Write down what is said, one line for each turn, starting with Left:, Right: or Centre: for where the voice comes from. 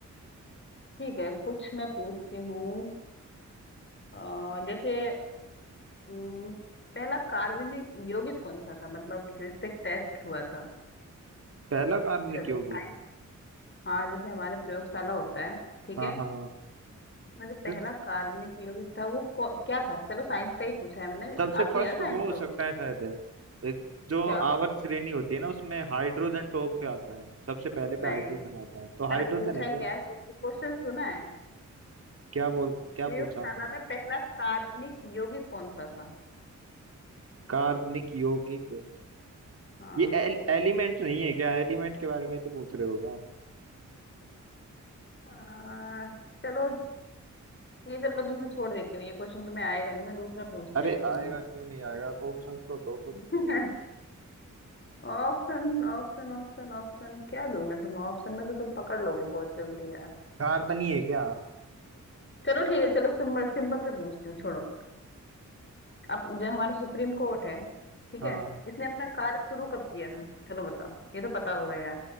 Left: ठीक है कुछ मैं पूछती हूँ अ, जैसे हम्म, पहला कार्बनिक यौगिक कौन सा था मतलब जिस पे टेस्ट हुआ था
Right: पहला काम ने
Left: चलो
Right: की होगी
Left: साइंस
Right: थी
Left: हाँ जैसे हमारे प्रयोगशाला होता है ठीक
Right: हाँ
Left: है
Right: हाँ
Left: उसमें जो पहला
Right: देख,
Left: कार्बनिक यौगिक था वो कौ- क्या था चलो साइंस का ही पूछा है मैंने
Right: सबसे
Left: आती
Right: फर्स्ट
Left: है ना
Right: वो
Left: साइंस
Right: हो
Left: तो
Right: सकता है शायद है एक जो
Left: क्या
Right: आवर्त श्रेणी होती है ना उसमें हाइड्रोजन टॉप पे आता है सबसे पहले पे
Left: नहीं
Right: हाइड्रोजन आता है तो
Left: मैंने
Right: हाइड्रोजन
Left: पूछा
Right: है क्या
Left: क्या है कुछ क्वेश्चन सुना है
Right: क्या बोल क्या
Left: प्रयोगशाला
Right: पूछा आपने
Left: में पहला कार्बनिक यौगिक कौन सा था
Right: कार्बनिक यौगिक
Left: हाँ
Right: ये एल, एलिमेंट नहीं है क्या एलिमेंट के बारे में ही तो पूछ रहे हो क्या आप?
Left: आ, चलो ये चलो तुमसे छोड़ देती हूँ ये क्वेश्चन तुम्हें आएगा नहीं मैं दूसरा पूछ
Right: अरे
Left: लेती
Right: आएगा
Left: हूँ
Right: क्यों नहीं आएगा ऑप्शन तो दो कुछ तो
Left: <laughs>
Right: होता
Left: ऑप्शन ऑप्शन ऑप्शन ऑप्शन क्या दूँ मैं तुम ऑप्शन में तो तुम पकड़ लोगे बहुत जल्दी यार
Right: कार्बन ही है क्या
Left: चलो ठीक है चलो सिंपल सिंपल से पूछती हूँ छोड़ो अब जो हमारा सुप्रीम कोर्ट है ठीक
Right: हाँ
Left: है इसने अपना कार्य शुरू कब किया था चलो बताओ ये तो पता होगा